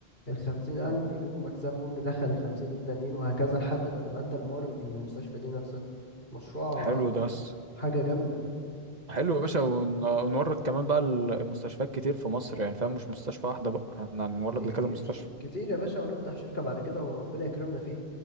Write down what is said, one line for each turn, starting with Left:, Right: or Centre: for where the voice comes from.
Left: الخمسين ألف يجيبوا مكسبهم ندخل الخمسين التانيين وهكذا لحد ما تبقى أنت المورد للمستشفى دي نفسها مشروع
Right: حلو ده بس
Left: حاجة جامدة
Right: حلو يا باشا ون- ونورد كمان بقى ال- المستشفيات كتير في مصر يعني فاهم مش مستشفى واحده بقى احنا هنورد
Left: كتير
Right: لكذا مستشفى
Left: كتير يا باشا ونفتح شركة بعد كده وربنا يكرمنا فيه